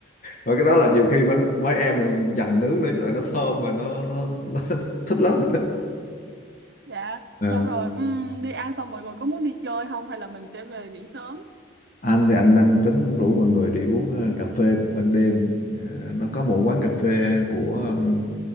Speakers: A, on the left; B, on the right.
A: và cái đó là nhiều khi mấy mấy em dành nướng nữa chứ lại nó thơm và nó nó, nó <laughs> thích lắm
B: dạ
A: Ờ.
B: xong rồi ừm, đi ăn xong mọi người có muốn đi chơi không hay là mình sẽ về nghỉ sớm
A: anh thì anh đang tính rủ mọi người đi uống ờ, cà phê ban đêm Ờ, nó có một quán cà phê của ừm,